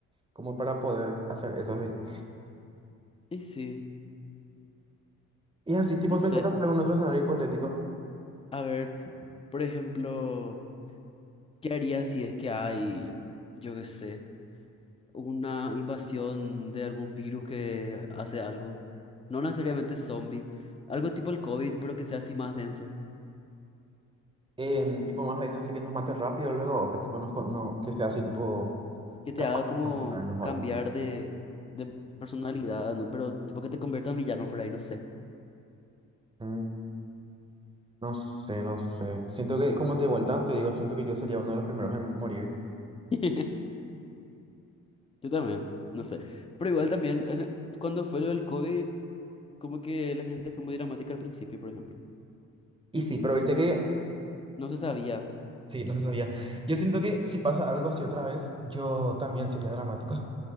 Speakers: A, on the right; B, on the left.
A: como para poder hacer eso ahí.
B: Y sí,
A: Y así, tipo,
B: no
A: pensando
B: sé,
A: en algún otro escenario hipotético,
B: a ver, por ejemplo, ¿qué harías si es que hay, yo qué sé? una invasión de algún virus que hace algo. No necesariamente zombie, algo tipo el COVID, pero que sea así más denso.
A: em, tipo más denso, así que nos mate rápido luego, o que tipo nos, co- no, que sea así, tipo,
B: Que
A: capaz
B: te haga
A: de
B: como
A: matarnos o
B: cambiar
A: algo.
B: de, de personalidad, ¿no? Pero tipo que te convierta en villano por ahí, no sé.
A: Mm, No sé, no sé. Siento que, como de vuelta, te digo, siento que yo sería uno de los primeros en morir.
B: <laughs> Yo también, no sé. Pero igual también, en- cuando fue lo del COVID, como que la gente fue muy dramática al principio, por ejemplo.
A: Y sí, pero viste que...
B: No se sabía.
A: Sí, no se sabía. Yo siento que si pasa algo así otra vez, yo también sería dramático.